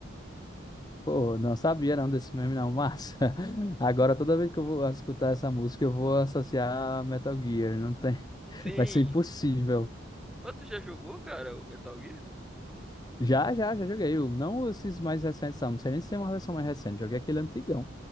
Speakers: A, on the left (about 20°); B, in the centre.
A: Pô, não sabia não desse meme não, mas <laughs> agora toda vez que eu vou escutar essa música eu vou associar a Metal Gear, não tem, <laughs>
B: Sim.
A: vai ser impossível.
B: Mas tu já jogou, cara, o Metal Gear?
A: Já, já, já joguei, o- não esses mais recentes não, não sei nem se tem uma versão mais recente, joguei aquele antigão.